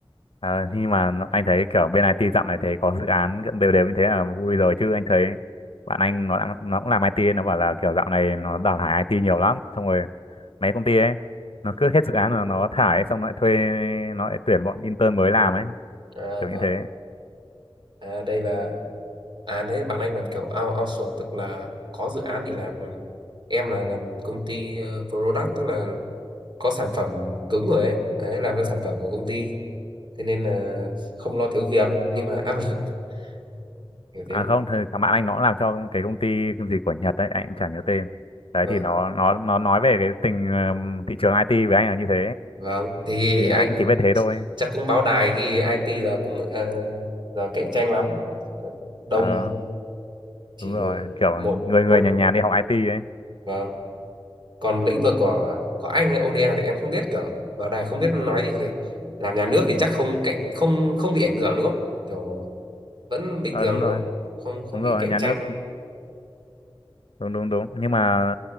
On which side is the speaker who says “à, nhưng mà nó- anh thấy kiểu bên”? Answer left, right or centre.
Left